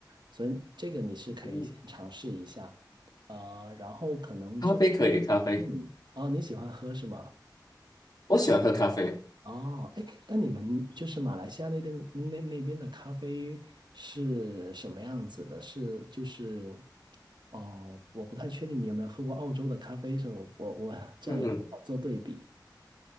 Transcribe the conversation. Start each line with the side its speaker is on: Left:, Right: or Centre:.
Right: 所以这个你是可以先尝试一下，
Left: 嗯，
Right: 啊，然后可能就
Left: 咖啡可以，咖啡，
Right: 嗯，哦，你喜欢喝是吗？
Left: 我喜欢喝咖啡。
Right: 哦，哎，那你们就是马来西亚那边那那边的咖啡是什么样子的？是就是，哦，我不太确定你有没有喝过澳洲的咖啡，所以我我我这样也不好做对比。
Left: 嗯哼。